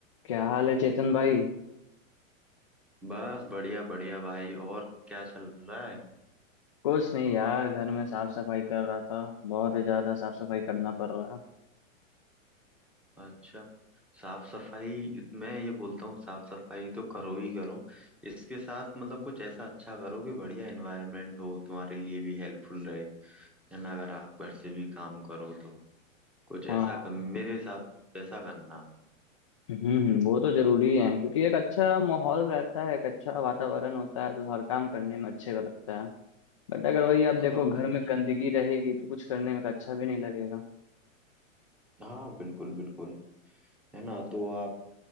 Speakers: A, on the left; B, in the centre.
A: क्या हाल है चेतन भाई
B: बस बढ़िया बढ़िया भाई और क्या चल रहा है
A: कुछ नहीं यार घर में साफ सफाई कर रहा था बहुत ही ज्यादा साफ सफाई करना पड़ रहा है
B: अच्छा साफ सफाई मैं ये बोलता हूँ साफ सफाई तो करो ही करो इसके साथ मतलब कुछ ऐसा अच्छा करो कि बढ़िया एनवायरनमेंट हो तुम्हारे लिए भी हेल्पफुल रहे है ना अगर आप घर से भी काम करो तो कुछ ऐसा
A: हाँ हाँ।
B: कर, मेरे हिसाब से ऐसा करना
A: हम्म हम्म, वो तो जरूरी है क्योंकि एक अच्छा माहौल रहता है एक अच्छा वातावरण होता है तो हर काम करने में अच्छे का लगता है बट अगर वही आप
B: हाँ
A: देखो घर
B: बिल्कुल
A: में गंदगी रहेगी तो कुछ करने में अच्छा भी नहीं लगेगा
B: हाँ बिल्कुल बिल्कुल है ना तो आप